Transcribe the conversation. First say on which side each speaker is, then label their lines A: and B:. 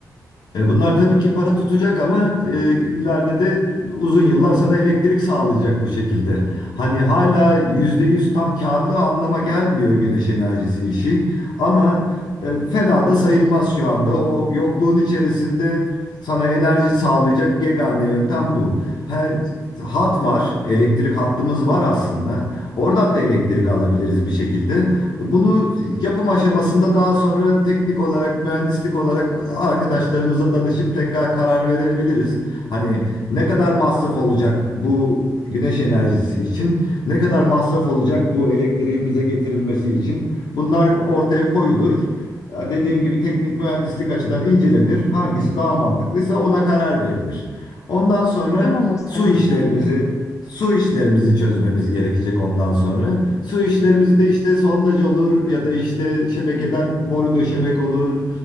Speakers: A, on the left; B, on the left.
A: E, bunlar tabii ki para tutacak ama e, ileride de uzun yıllar sana elektrik sağlayacak bu şekilde. Hani hala %100 tam karlı anlama gelmiyor güneş enerjisi işi ama e, fena da sayılmaz şu anda. O yokluğun içerisinde sana enerji sağlayacak yegane yöntem bu. He, hat var, elektrik hattımız var aslında. Oradan da elektrik alabiliriz bir şekilde. Bunu yapım aşamasında daha sonra teknik olarak, mühendislik olarak arkadaşlarımıza danışıp tekrar karar verebiliriz. Hani ne kadar masraf olacak bu güneş enerjisi için, ne kadar masraf olacak bu elektriğin bize getirilmesi için. Bunlar ortaya koyulur. Ya Dediğim gibi teknik mühendislik açıdan incelenir. Hangisi daha mantıklıysa ona karar verilir. Ondan sonra
B: Tamam o zaman
A: su işlerimizi
B: yani.
A: Su işlerimizi çözmemiz gerekecek ondan sonra. Su işlerimiz de işte sondaj olur ya da işte şebekeden boru döşemek olur.